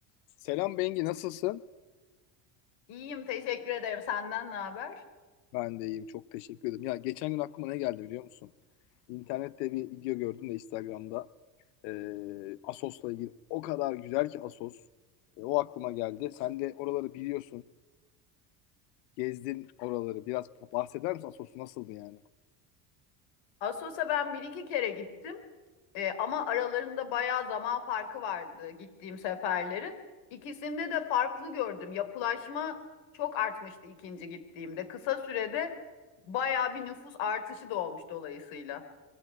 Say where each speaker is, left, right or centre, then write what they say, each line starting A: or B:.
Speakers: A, on the left; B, on the left.
A: Selam Bengi nasılsın?
B: İyiyim, teşekkür ederim. Senden ne haber?
A: Ben de iyiyim çok teşekkür ederim. Ya geçen gün aklıma ne geldi biliyor musun? İnternette bir video gördüm de Instagram'da Ee, Asos'la ilgili. O kadar güzel ki Asos. Ee, o aklıma geldi. Sen de oraları biliyorsun. Gezdin oraları. Biraz bahseder misin Asos'u nasıldı yani?
B: Assos'a ben bir iki kere gittim. Ee, ama aralarında bayağı zaman farkı vardı gittiğim seferlerin. İkisinde de farklı gördüm. Yapılaşma çok artmıştı ikinci gittiğimde. Kısa sürede bayağı bir nüfus artışı da olmuş dolayısıyla.